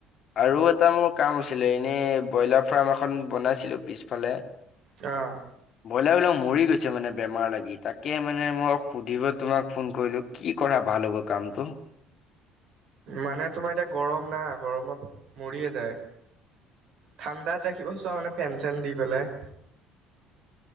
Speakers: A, on the left; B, on the right.
A: আৰু এটা মোৰ কাম আছিলে এনেই, ব্ৰইলাৰ ফাৰ্ম এখন বনাইছিলোঁ পিছফালে।
B: অ'।
A: ব্ৰইলাৰবিলাক মৰি গৈছে মানে বেমাৰ লাগি, তাকে মানে মই সুধিব তোমাক ফোন কৰিলোঁ। কি কৰা ভাল হ'ব কামটো?
B: মানে তোমাৰ এতিয়া গৰম না, গৰমত মৰিয়ে যায়। ঠাণ্ডাত ৰাখিব চোৱা মানে ফেন চেন দি পেলাই।